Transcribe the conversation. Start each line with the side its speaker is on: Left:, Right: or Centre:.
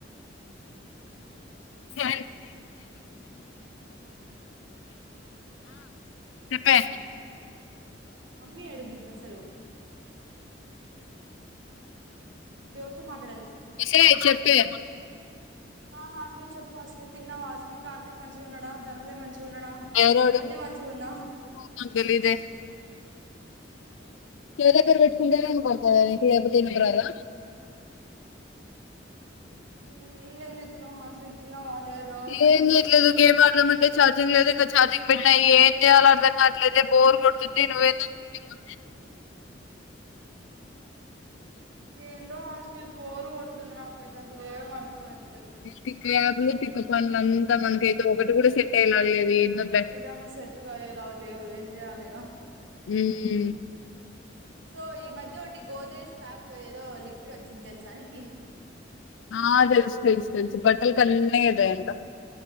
Left: హ చెప్పే
Right: మమ్మీ ఆడుంది ఇప్పుడుసెలు ఇపుడు ఎవరితో మాట్లాడు
Left: ఒసేయ్ చెప్పే
Right: ఆ హాస్ని చెప్పు హస్మి తిన్నాం హాస్ని కార్తీక్ మంచిగా ఉన్నాడా ధనంజయ మంచి చున్న
Left: ఎవరోడు
Right: బుడ్డి మంచి గా ఉందా
Left: నాకు తెలీదే
Right: మేము
Left: చెవి దగ్గర పెట్టుకుంటేనే ఎనపడతాది అది ఇది అయిపోతే ఏం రాదా
Right: ఊ ఇంకా ఏం చేస్తున్నావ్ హస్నీ తిన్నావా లేదా
Left: ఏం తెలీదు ఇంక ఏం అర్థం అయితలే ఛార్జింగ్ లేదు ఇంకా ఛార్జింగ్ పెట్టియి ఏం చేయలో అర్థం కావట్లయితే బోర్ కొడుతుంది నువ్ ఎందుకు ఫిట్టింగ్
Right: ఏందో హసిన బోర్ కొడుతుంది నాకైతే అసలు ఏం అర్థం అయిత
Left: ఎబ్తి కప్ప <unintelligible> అంతా మనకైతే ఒకటి కూడా సెట్ అయ్యలా లేదు ఏందో బె
Right: నిజంగా సెట్టుగాయేలా లేవు ఏం చేయల్లీ ఇంక
Left: హమ్
Right: సో ఈ మధ్య ఒకటి గుడ్ డేస్ స్ప్ <unintelligible> ఏదో లిక్విడ్ వచ్చింది తెలుసానికి
Left: ఆ తెలుసు తెలుసు తెలుసు బట్టల కన్నే ఇద ఎకా